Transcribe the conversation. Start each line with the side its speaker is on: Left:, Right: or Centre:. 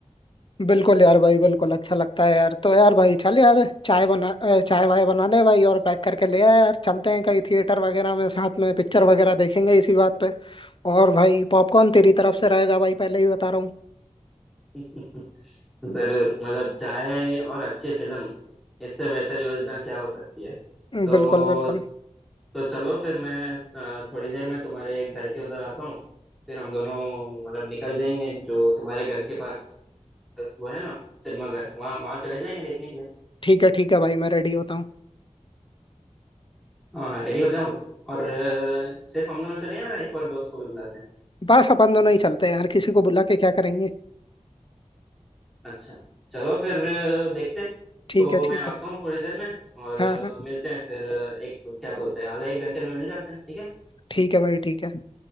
Left: बिल्कुल यार भाई बिल्कुल अच्छा लगता है यार तो यार भाई चल यार चाय बना अ, चाय वाय बना ले भाई और पैक करके ले आया यार चलते हैं कहीं थिएटर वगैरह में साथ में पिक्चर वगैरह देखेंगे इसी बात पे और भाई पॉपकॉर्न तेरी तरफ से रहेगा भाई पहले ही बता रहा
Centre: <laughs> जरूर मतलब चाय और अच्छी फिल्म इससे बेहतर योजना क्या हो सकती है
Left: हूँ
Centre: तो
Left: बिल्कुल बिल्कुल
Centre: तो चलो फिर मैं अ, थोड़ी देर में तुम्हारे घर के उधर आता हूँ फिर हम दोनों मतलब निकल जाएंगे जो तुम्हारे घर के पास बस वो है ना सिनेमाघर वहाँ वहाँ चले जाएंगे देखने के लिए
Left: ठीक है ठीक है भाई मैं रेडी होता हूँ
Centre: हाँ हाँ रेडी हो जाओ और अ, सिर्फ हम दोनों चले या एक और दोस्त को भी बुलाते हैं
Left: बस अपन दोनों ही चलते हैं यार किसी को बुला के क्या करेंगे
Centre: अच्छा चलो फिर अ, देखते हैं।
Left: ठीक
Centre: तो
Left: है
Centre: मैं
Left: ठीक
Centre: आता
Left: है
Centre: हूँ थोड़ी देर में और
Left: हाँ
Centre: अ,
Left: हाँ
Centre: मिलते हैं फिर अ, एक क्या बोलते हैं आधे एक घंटे में मिल जाते हैं ठीक है
Left: ठीक है भाई ठीक है